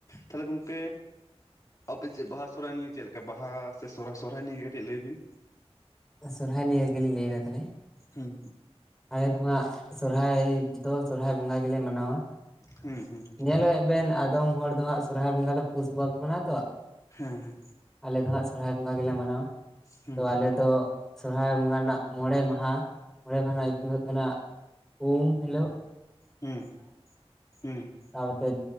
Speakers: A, on the left (about 35°); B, in the centre.
A: ᱛᱟᱞᱦᱮ ᱜᱚᱝᱠᱮᱼᱼ ᱟᱯᱮ ᱪᱮᱜ ᱵᱟᱦᱟ ᱥᱚᱨᱚᱦᱚᱨᱟᱭ ᱱᱤᱭᱮ ᱪᱮᱫ ᱞᱮᱠᱟ ᱵᱟᱦᱟ ᱥᱮ ᱥᱚᱨᱦᱟᱭ ᱥᱚᱨᱦᱟᱭ ᱱᱤᱭᱮ ᱜᱮ ᱠᱟᱴᱤᱡ ᱞᱟᱹᱭ ᱵᱤᱱᱼᱼ
B: ᱥᱚᱨᱦᱟᱭ ᱱᱤᱭᱮ ᱜᱮᱞᱤᱧ ᱞᱟᱹᱭᱮᱫᱟ ᱛᱟᱞᱦᱮ
A: ᱦᱩᱸ
B: ᱟᱞᱮ ᱫᱚ ᱦᱟᱸᱜ ᱥᱚᱨᱦᱟᱭ ᱫᱚᱼᱼ ᱥᱚᱨᱦᱟᱭ ᱵᱚᱸᱜᱟ ᱜᱮᱞᱮ ᱢᱟᱱᱟᱣᱟ
A: ᱦᱩᱸ ᱦᱩᱸ
B: ᱧᱮᱞᱮᱜ ᱵᱮᱱ ᱟ ᱫᱚᱢ ᱦᱚᱲ ᱫᱚ ᱦᱟᱸᱜ ᱥᱚᱨᱦᱟᱭ ᱵᱚᱸᱜᱟ ᱫᱚ ᱯᱩᱥ ᱵᱟᱹᱜᱟ ᱠᱚ ᱢᱟᱱᱟᱣᱟ ᱛᱚ,
A: ᱦᱮᱸ-ᱦᱮᱸ᱾
B: ᱟᱞᱮ ᱫᱚ ᱦᱟᱸᱜ ᱥᱚᱨᱦᱟᱭ ᱵᱚᱸᱜᱟ ᱜᱮᱞᱮ ᱢᱟᱱᱟᱣᱟ
A: ᱦᱩᱸ
B: ᱛᱚ ᱟᱞᱮ ᱫᱚ, ᱥᱚᱨᱦᱟᱭ ᱵᱚᱸᱜᱟ ᱨᱮᱱᱟᱜ ᱢᱚᱬᱮ ᱢᱟᱦᱟ ᱢᱚᱬᱮ ᱢᱟᱦᱟ, ᱢᱚᱬᱮ ᱢᱟᱦᱟᱸ ᱨᱮᱱᱟᱜ ᱧᱩᱛᱩᱢ ᱫᱚ ᱦᱩᱭᱩᱜ ᱠᱟᱱᱟ ᱩᱢ ᱦᱤᱞᱳᱜ,
A: ᱦᱮᱸ, ᱦᱮᱸ᱾
B: ᱛᱟᱨᱯᱚᱨᱛᱮ,